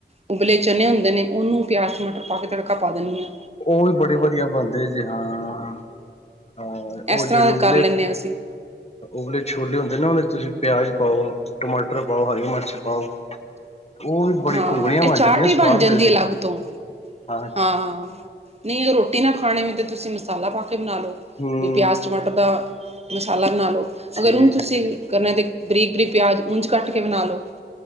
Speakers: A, on the right; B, on the left.
A: ਉਬਲੇ ਚਨੇ ਹੁੰਦੇ ਨੇ। ਉਹਨੂੰ ਪਯਾਜ, ਟਮਾਟਰ ਵੱਧ ਤੜਕਾ ਪਾ ਦੇਂਨੀ ਆਂ।
B: ਹੋਲ ਬੜੇ ਵਧੀਆ ਬਨਦੇ ਜੇ, ਹਾਂ ਹਾਂ,
A: ਇਸ
B: ਓ
A: ਤਰ੍ਹਾਂ
B: ਜੇੜੇ ਉਬਲੇ
A: ਕਰ ਲੈਂਦੇ ਹਾਂ ਅਸੀਂ
B: ਉਬਲੇ ਛੋਲੇ ਹੁੰਦੇ ਨਾ ਉਹਦੇ ਤੁਸੀਂ ਪਿਆਜ ਪਾਓ ਟਮਾਟਰ ਪਾਓ ਹਰੀ ਮਿਰਚ ਆ ਉਹ ਵੀ ਬੜੀ
A: ਹਾਂ
B: ਘੁੰਗਲੀਆਂ ਬਣ
A: ਇਹ ਚਾਟ
B: ਜਾਂਦੀਆਂ
A: ਹੀ
B: ਸਵਾਦ
A: ਬਣ ਜਾਂਦੀ
B: ਲੱਗਦੀ
A: ਹੈ ਅਲੱਗ ਤੋਂ
B: ਹਾਂ
A: ਹਾਂ ਨਹੀਂ ਇਹ ਰੋਟੀ ਨਾ ਖਾਣੀ ਹੋ ਤਾਂ ਤੁਸੀਂ ਮਸਾਲਾ ਪਾ ਕੇ ਬਣਾ ਲਓ
B: ਹੂ,,,
A: ਪਯਾਜ, ਟਮਾਟਰ ਦਾ ਮਸਾਲਾ ਬਨਾ ਲੋ, ਅਗਰ
B: ਠੀਕ
A: ਹੁਣ ਤੁਸੀ
B: ਹੈ ਠੀਕ
A: ਗੰਨੇ ਦੀ ਬਰੀਕ-ਬਰੀਕ ਪਯਾਜ ਉਂਜ ਕੱਟ ਕੇ ਬਨਾ ਲੋ,